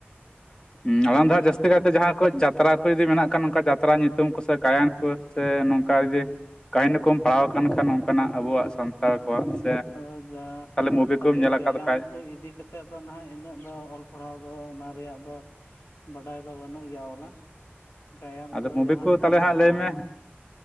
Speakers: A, on the left; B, on the left.
A: ᱦᱩ
B: ᱴᱷᱤᱠ
A: ᱟᱞᱟᱝ ᱫᱚ
B: ᱜᱮᱭᱟ
A: ᱦᱟᱜ ᱡᱟᱹᱥᱛᱤ
B: ᱟᱫᱚ
A: ᱠᱟᱭᱛᱮ ᱡᱟᱦᱟᱸ ᱠᱚ ᱡᱟᱛᱨᱟ ᱠᱚ ᱡᱩᱫᱤ ᱢᱮᱱᱟᱜ ᱠᱷᱟᱱ ᱚᱱᱠᱟ ᱡᱟᱛᱨᱟ ᱧᱩᱛᱩᱢ ᱠᱚᱥᱮ ᱜᱟᱭᱟᱱ ᱠᱩ ᱥᱮ ᱱᱚᱝᱠᱟ ᱡᱩᱫᱤ
B: ᱦᱮᱸ
A: ᱠᱟᱹᱦᱱᱤ ᱠᱚᱢ ᱯᱟᱲᱦᱟᱣ ᱠᱟᱱ ᱠᱷᱟᱱ ᱱᱚᱝᱠᱟᱱᱟᱜ ᱟᱵᱚᱣᱟᱜ ᱥᱟᱱᱛᱟᱲ ᱠᱚᱣᱟᱜ ᱥᱮ
B: ᱚ ᱡᱟ ᱥᱟᱱᱛᱟᱞᱤ
A: ᱢᱩᱵᱷᱤ ᱠᱚᱢ ᱧᱮᱞ
B: ᱜᱟᱭᱟᱱ
A: ᱟᱠᱟᱫ ᱠᱷᱟᱡ
B: ᱠᱚ ᱤᱫᱤ ᱠᱟᱛ ᱛᱮᱫ ᱫᱚ ᱱᱟᱦᱟᱜ ᱤᱱᱟᱹᱜ ᱫᱚ ᱚᱞ ᱯᱟᱲᱦᱟᱣ ᱫᱚ ᱚᱱᱟ ᱨᱮᱭᱟᱜ ᱫᱚ ᱵᱟᱰᱟᱭ ᱫᱚ ᱵᱟᱹᱱᱩᱜ ᱜᱮᱭᱟ ᱵᱚᱞᱮ ᱜᱟᱭᱟᱱ ᱠᱚᱫᱚ
A: ᱟᱫᱚ ᱢᱩᱵᱷᱤ
B: ᱡᱟᱦᱟᱸ
A: ᱠᱚ ᱛᱟᱦᱚᱞᱮ
B: ᱚᱱᱟ
A: ᱦᱟᱸᱜ
B: ᱰᱨᱟᱢᱟ
A: ᱞᱟᱹᱭ ᱢᱮ